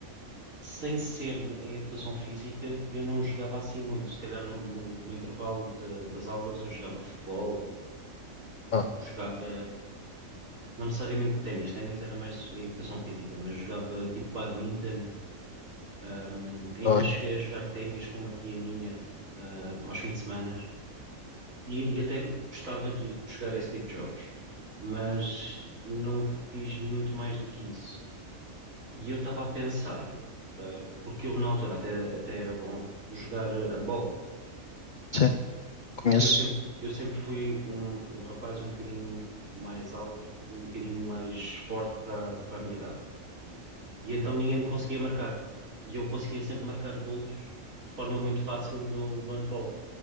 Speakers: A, on the right (about 70°); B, on the left (about 55°).
A: sem ser n- em educação física, eu não jogava assim muito. Se calhar no, no- no intervalo de- das aulas eu jogava futebol,
B: Ah,
A: jogava, não necessariamente ténis, ténis era mais em educação física, mas jogava tipo badminton, Ahm, ainda
B: olha,
A: cheguei a jogar ténis com uma tia minha, ahm, aos fins de semana E, e até gostava de jogar esse tipo de jogos, mas não fiz muito mais do que isso. E eu estava a pensar, ah, porque eu na altura até, até era bom jogar eh, handball,
B: sim, conheço.
A: porque eu sempre, eu sempre fui um, um rapaz um bocadinho mais alto e um bocadinho mais forte para para a minha idade. E então ninguém me conseguia marcar. E eu conseguia sempre marcar golos de forma muito fácil no, no handball.